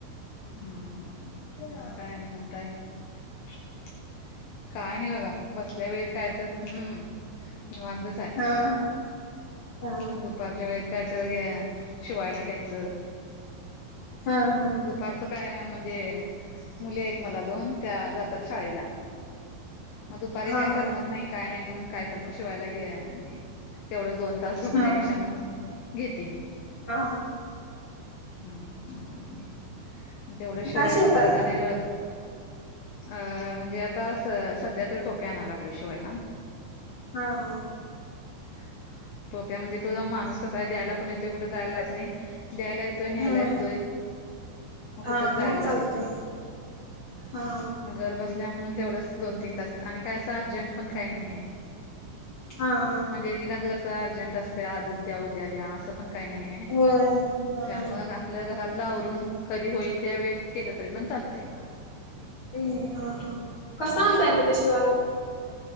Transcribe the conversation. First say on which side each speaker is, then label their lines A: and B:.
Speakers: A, on the left (about 75°); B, on the left (about 40°).
A: हम्म हम्म हम्म हम्म मग काय आणि म्हणताय? <unintelligible> काय नाही बघा बसल्या वेळेत काय तर हम्म निंवातच हाय.
B: हा. हा
A: दुपारच्या वेळेत काय तर घ्या शिवायला घ्यायचं.
B: हा हा.
A: दुपारचं काय म्हणजे मुली आहेत मला दोन त्या जातात शाळेला. मग दुपारी
B: हा
A: काय करमत नाही. काय नाही म्हणून काय तर मग शिवायला घे तेवढंच दोन तास झोपण्यापेक्षा
B: हा
A: म्हणून घेते मी.
B: हा.
A: हम्म हम्म हम्म हम्म तेवढंच शिवायचं
B: काय शिवताय
A: परत आणि अ म्हणजे आता सध्या तर टोप्या आणायला लागलोय शिवायला.
B: हा.
A: <inaudible> टोप्या म्हणजे तो माणूस कसा आहे द्यायला पण येतोय. कुठ जायला लागतं नाही. द्यायला येतोय. न्ह्यायला
B: हा
A: येतो. मग
B: हा
A: कुठचं जायला
B: चालतंय
A: लागत नाही.
B: हा
A: मग -- घर बसल्या म्हणून तेवढंच दोन तीन तास आणि काय असं अर्जंट पण काही नाही आहे.
B: हा हा.
A: म्हणजे एकेकांचं कसं अर्जंट असतं आजचं द्यां उद्यां द्यां असं पणं कांहीं नाहीं हे
B: होय हा
A: त्यांमुळं आपणं आपलं घरांतलं आवरूंन कधीं होईल त्यां वेळेत केलं तरी पणं चालतंय
B: हम्मं हां हां कसं
A: हम्म
B: आणतांय मंग ते शिवांयला